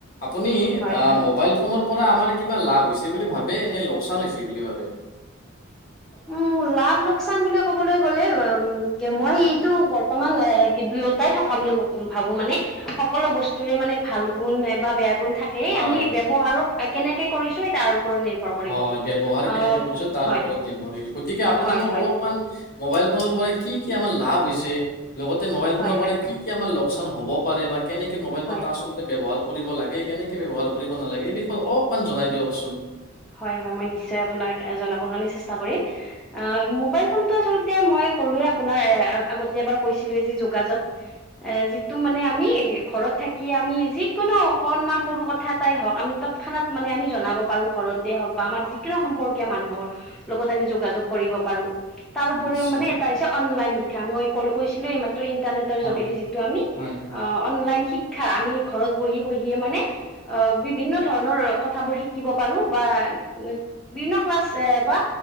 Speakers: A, on the left (about 45°); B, in the centre.
A: আপুনি
B: হয় হয়
A: মোবাইল ফোনৰ পৰা আমাৰ কিবা লাভ হৈছে বুলি ভাবে নে লোকচান হৈছে বুলি ভাবে
B: উম লাভ লোকচান বুলি কবলৈ গ'লে উম মই এইটো বৰ্তমান দুয়োটাই থকা বুলি ভাবো মানে সকলো বস্তুৰে মানে ভাল গুণ বা বেয়া গুণ থাকে সেই
A: হয়
B: আমি ব্যৱহাৰৰ কেনেকে কৰিছো তাৰ ওপৰত নিৰ্ভৰ নিৰ্ভৰ কৰিব
A: হয়, ব্যৱহাৰ
B: অ
A: কেনেকে কৰিছো তাৰ
B: হয়।
A: ওপৰত নিৰ্ভৰশীল গতিকে আপুনি
B: হয়
A: মোক
B: হয়
A: অলপমান মোবাইল ফোনৰ পৰা কি কি লাভ হৈছে? লগতে মোবাইল ফোনৰ
B: হয়
A: পৰা
B: হয়
A: কি কি আমাৰ লোকচান হ'ব পাৰে বা কেনেকে মোবাইল ফোনটো
B: হয়
A: আচলতে ব্যৱহাৰ কৰিব লাগে কেনেকে ব্যৱহাৰ কৰিব নালাগে এই বিষয়ে অলপমান জনাই দিয়কচোন।
B: হয় হয় মই নিশ্চয় আপোনাক জনাবৰ কাৰণে চেষ্টা কৰিম। অ মোবাইল ফোনটো আচলতে মই ক'লোৱে আপোনাৰ আগতে এবাৰ কৈছিলো যি যোগাযোগ এ যিটো মানে আমি ঘৰত থাকি আমি যিকোনো অকনমান সৰু কথা এটাই হওঁক আমি তৎক্ষণাৎ মানে আমি জনাব পাৰো ঘৰত হওক বা আমাৰ যিকোনো সম্পৰ্কীয় মানুহৰ লগত আমি যোগাযোগ কৰিব পাৰো। তাৰ
A: হয়,
B: উপৰিও
A: নিশ্চয়।
B: মানে এটা হৈছে অনলাইন শিক্ষা মই কৈছিলো এই মাত্ৰ ইণ্টাৰনেটৰ
A: হয়,
B: যোগেদি যিটো আমি
A: হয়,
B: অ অনলাইন শিক্ষা আমি ঘৰত বহি বহিয়ে মানে অ বিভিন্ন ধৰণৰ কথাবোৰ শিকিব পাৰো বা বিভিন্ন ক্লাছ বা